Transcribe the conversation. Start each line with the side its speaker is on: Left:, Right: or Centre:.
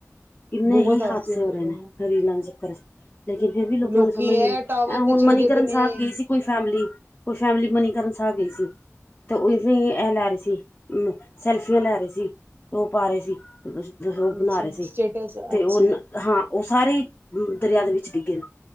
Left: ਕਿੰਨੇ
Right: ਬਹੁਤ
Left: ਹੀ
Right: ਹਾਸੇ
Left: ਹਾਦਸੇ
Right: ਹੁੰਦੇ
Left: ਹੋ ਰਹੇ
Right: ਪਏ
Left: ਨੇ ਰੀਲਾਂ ਦੇ ਚੱਕਰ 'ਚ ਲੇਕਿਨ ਫਿਰ ਵੀ ਲੋਕਾਂ
Right: ਲੋਕੀ
Left: ਨੂੰ ਸਮਝ
Right: ਇਹ
Left: ਨੀ ਆਂ
Right: ਟਾਵਰ
Left: ਐ
Right: ਤੇ
Left: ਹੁਣ
Right: ਚੜ੍ਹਦੇ
Left: ਮਨੀਕਰਣ
Right: ਪਏ ਨੇ
Left: ਸਾਹਿਬ ਗਏ ਸੀ। ਕੋਈ ਫੈਮਿਲੀ ਕੋਈ ਫੈਮਿਲੀ ਮਨੀਕਰਣ ਸਾਹਿਬ ਗਈ ਸੀ ਤੇ ਉਹੀ ਇਹ ਲੈ ਰਹੇ ਸੀ ਹੂੰ ਸੈਲਫੀਆਂ ਲੈ ਰਹੇ ਸੀ ਉਹ ਪਾ ਰਹੇ ਸੀ। ਬਲੋਗ
Right: ਅੱਛਾ
Left: ਬਣਾ ਰਹੇ ਸੀ
Right: ਸਟੇਟਸ
Left: ਤੇ
Right: ਅੱਛਾ
Left: ਉਹ ਹਾਂ ਉਹ ਸਾਰੇ ਈ ਦਰਿਆ ਦੇ ਵਿੱਚ ਡਿੱਗੇ ਨੇ।